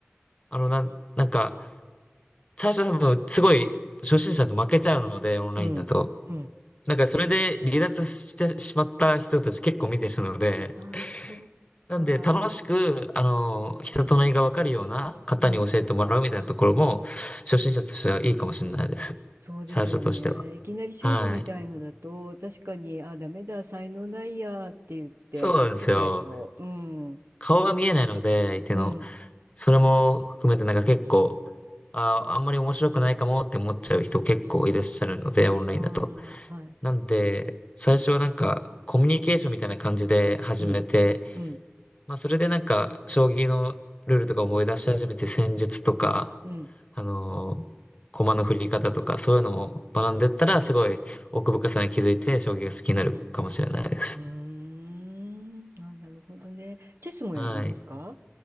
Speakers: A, on the left; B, on the right.
A: あの、なん、なんか、最初多分、すごい、初心者と負けちゃうので、オンラインだと。
B: うん、うん。
A: なんか、それで離脱してしまった人たち結構見てるので、
B: ああ、そうか。
A: なんで、楽しく、あの、人となりがわかるような方に教えてもらうみたいなところも、
B: うん、
A: 初心者としてはいいかもしれないです。
B: そうでしょうね。
A: 最初としては。
B: いきなり勝負みたいのだと、
A: はい。
B: 確かに、ああ、ダメだ、才能ないやって言って、
A: そうなんですよ。
B: くじけちゃいそう。うん、
A: 顔が見えないので、相手の。
B: うん。
A: それも含めてなんか結構、あー、あんまり面白くないかもって思っちゃう人結構いらっしゃるので、オンラインだと。
B: ああ、はい。
A: なんで、最初はなんかコミュニケーションみたいな感じで始めて、
B: うん、うん、
A: まあそれでなんか将棋のルールとか思い出し始めて戦術とか、
B: うん。
A: あのー駒の振り方とかそういうのも学んでったらすごい奥深さに気づいて将棋が好きになるかもしれないです。
B: うーん。あ、なるほどね。チェスもやるんですか
A: はい。